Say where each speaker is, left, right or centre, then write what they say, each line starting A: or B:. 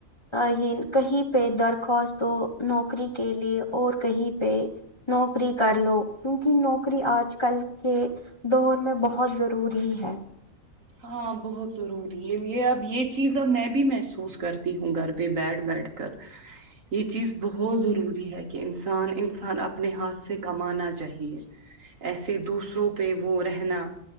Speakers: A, on the left; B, on the right.
A: یہ کہیں پہ درخواست ہو نوکری کے لیے اور کہیں پ نوکری کر لو کیونکہ نوکری آج کل کے دور میں بہت بہت ضروری ہے
B: ہاں بہت ضروری ہے یہ اب یہ چیز اب میں بھی محسوس کرتی ہوں گھر پہ بیٹھ بیٹھ کر یہ چیز بہت ضروری ہے کہ انسان انسان اپنے ہاتھ سے کمانا چاہیے ایسے دوسروں پہ وہ رہنا